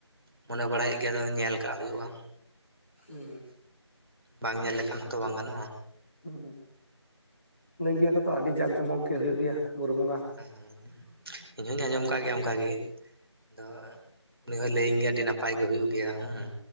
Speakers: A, in the centre; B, on the left.
A: ᱢᱚᱱᱮ ᱵᱟᱲᱟᱭᱮᱜ ᱜᱮᱭᱟ, ᱟᱫᱚ ᱧᱮᱞ ᱠᱟᱜ ᱦᱳᱭᱳᱜᱼᱟ᱾
B: ᱦᱩᱸ,
A: ᱵᱟᱝ ᱧᱮᱞ ᱞᱮᱠᱷᱟᱱ ᱦᱚᱸᱛᱚ, ᱵᱟᱝ ᱜᱟᱱᱚᱜᱼᱟ᱾
B: ᱦᱩᱸ, ᱞᱟᱹᱭ ᱜᱮᱭᱟ ᱠᱚᱛᱚ, ᱟᱹᱰᱤ ᱡᱟᱠ ᱡᱚᱢᱚᱜ ᱜᱮ ᱦᱳᱭᱳᱜ ᱜᱮᱭᱟ, ᱵᱩᱨᱩ ᱵᱚᱸᱜᱟ᱾
A: ᱦᱩ, ᱤᱧ ᱦᱚᱧ ᱟᱸᱡᱚᱢ ᱠᱟᱜ ᱜᱮᱭᱟ ᱚᱱᱠᱟ ᱜᱮ, ᱟᱫᱚ ᱩᱱᱤ ᱦᱚᱸᱭ ᱞᱟᱹᱭᱟᱹᱧ ᱜᱮᱭᱟ ᱟᱹᱰᱤ ᱱᱟᱯᱟᱭ ᱜᱮ ᱦᱳᱭᱩᱜ ᱜᱮᱭᱟ, ᱦᱮᱸ